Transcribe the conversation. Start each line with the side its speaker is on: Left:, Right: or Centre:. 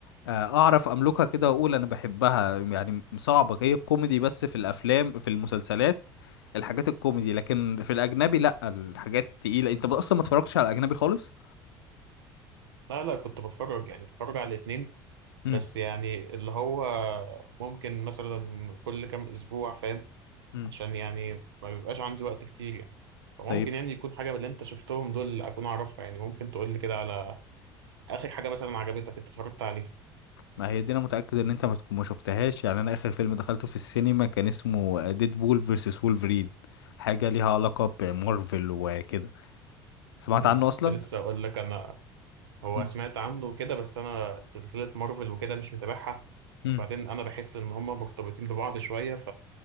Left: آه، اعرف املكها كده واقول انا بحبها يعني صعبة هي الكوميدي بس في الافلام في المسلسلات الحاجات الكوميدي لكن في الاجنبي لا الحاجات تقيلة انت اصلا ما اتفرجتش على الاجنبي خالص
Right: لا لا كنت بتفرج يعني بتفرج على الاتنين
Left: امم
Right: بس يعني اللي هو ممكن مثلا كل كام أسبوع فاهم
Left: امم
Right: عشان يعني ما بيبقاش عندي وقت كتير يعني فممكن
Left: طيب
Right: يعني يكون حاجة من اللي أنت شفتهم دول أكون أعرفها يعني ممكن تقول لي كده على آخر حاجة مثلا عجبتك أنت اتفرجت عليها
Left: ما هي دي انا متأكد ان انت ما تكون ما شفتهاش يعني انا اخر فيلم دخلته في السينما كان اسمه ديدبول فيرسس وولفرين حاجة ليها علاقة بمارفل وكده سمعت
Right: لا
Left: عنه
Right: كنت
Left: اصلا
Right: لسه أقول لك أنا هو
Left: مم.
Right: سمعت عنه كده بس أنا سلسلة مارفل وكده مش متابعها
Left: مم.
Right: وبعدين أنا بحس إن هما مرتبطين ببعض شوية